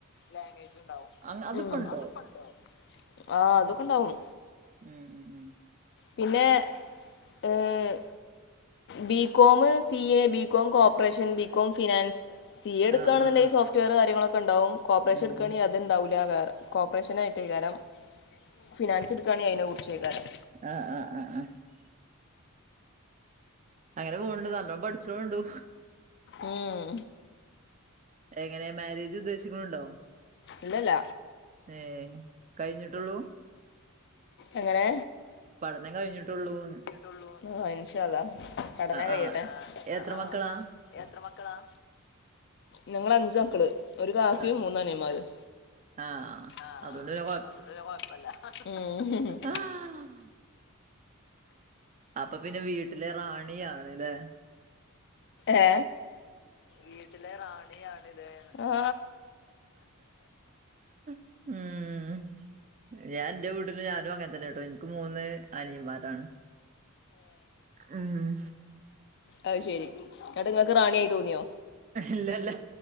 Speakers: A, on the left (about 50°); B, on the right (about 35°).
A: ലാംഗ്വേജ് ഇണ്ടാവും
B: അങ്ങ് അതിപ്പോ
A: അ
B: ഉണ്ടോ
A: അതിപ്പണ്ടോ? ആ അതൊക്കെണ്ടാവും
B: ഉം ഉം ഉം
A: പിന്നെ ഹ് BCom C A, BCom cooperation, BCom finance C A എട്ക്കാണ്ന്ന്ണ്ടെങ്കി
B: ആ ആ ആ
A: സോഫ്റ്റ്‌വെയർ കാര്യങ്ങളൊക്കെണ്ടാവും കോപ്പ്റേഷൻ
B: ഉം
A: എട്ക്കാണീ
B: ഉം
A: അ അത്ണ്ടാവൂല വേറെ കോപ്പ്റേഷനായിട്ടേകാരം, ഫിനാൻസ് ഇട്ക്കാണെങ്കിൽ അയിനെ കുറിചെയ്കാരം.
B: ആഹ് ആഹ് ആഹ് ആഹ് അങ്ങനെ പോക്ണ്ട് നല്ലോം പഠിച്ചോണ്ടു.
A: ഉം
B: എങ്ങനെ മേരേജ് ഉദ്ദേശിക്കുണുണ്ടോ?
A: ഇല്ലല്ല
B: ഏ കഴിഞ്ഞിട്ടൊള്ളൂ
A: എങ്ങനേ
B: പഠനം കഴിഞ്ഞിട്ടൊള്ളൂന്ന്
A: ട്ടൊള്ളു ആഹ് ആഹ് ഇൻഷാള്ളാ പഠനം കഴിയട്ടെ
B: ആ എത്ര
A: അ ആഹ്
B: മക്കളാ
A: എത്ര മക്കളാ ഞങ്ങള് അഞ്ച് മക്കള് ഒരു കാക്കിം
B: ആ
A: മൂന്നനിയമ്മാരും.
B: ആ
A: ആഹ്
B: അതുകൊണ്ട് പിന്നെ
A: അതോണ്ട് പിന്നെ കൊഴപ്പല്ല ഉം ഹും ഹും
B: കൊഴപ്പല്ല അപ്പൊ പിന്നെ വീട്ടിലെ റാണിയാണ്ല്ലേ
A: ഏ വീട്ടിലെ റാണിയാണ്ലേന്ന് ആ
B: ഉം ഞാൻ ഇന്റെ വീട്ടില് ഞാനും അങ്ങനെ തന്നെട്ടോ എനിക്ക് മൂന്ന് അനിയന്മാരാണ്. ഉം
A: അഹ് ശെരി ഇങ്ങട്ട് ഇങ്ങക്ക് റാണിയായി തോന്നിയോ?
B: ഇല്ലല്ല